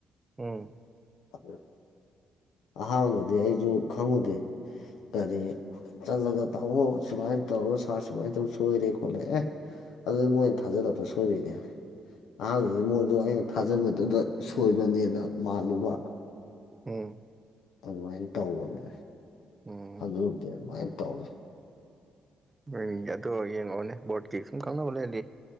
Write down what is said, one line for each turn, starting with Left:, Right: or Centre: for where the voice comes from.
Right: ꯎꯝ
Left: ꯑꯗꯨ ꯑꯍꯥꯟꯕꯗꯗꯤ ꯑꯩꯁꯨ ꯈꯪꯉꯨꯗꯦ ꯀꯔꯤ ꯆꯠꯂꯒ ꯇꯧꯍꯣ ꯁꯨꯃꯥꯏꯅ ꯇꯧꯔꯒ ꯁꯥ ꯁꯨꯃꯥꯏꯅ ꯇꯧ ꯁꯣꯏꯔꯦ ꯈꯣꯠꯂꯛ ꯑꯦ ꯑꯗꯨꯗꯤ ꯃꯣꯏꯅ ꯊꯥꯖꯔꯛꯄ ꯁꯣꯏꯕꯤꯔꯤꯅꯦ ꯍꯥꯏ ꯑꯍꯥꯟꯕꯗ ꯃꯣꯏꯗꯣ ꯑꯩꯅ ꯊꯥꯖꯟꯕꯗꯨꯗ ꯁꯣꯏꯕꯅꯦꯅ ꯃꯥꯜꯂꯨꯕ
Right: ꯎꯝ꯫
Left: ꯑꯗꯨꯃꯥꯏꯅ ꯇꯧꯕꯅꯦ꯫
Right: ꯎꯝ
Left: ꯑꯗꯨꯗꯤ ꯑꯗꯨꯃꯥꯏꯅ ꯇꯧꯔ꯫
Right: ꯎꯝ ꯑꯗꯨ ꯌꯦꯡꯉꯛꯑꯣꯅꯦ ꯕꯣꯠꯀꯤ ꯁꯨꯝ ꯈꯪꯅꯕ ꯂꯩꯔꯗꯤ꯫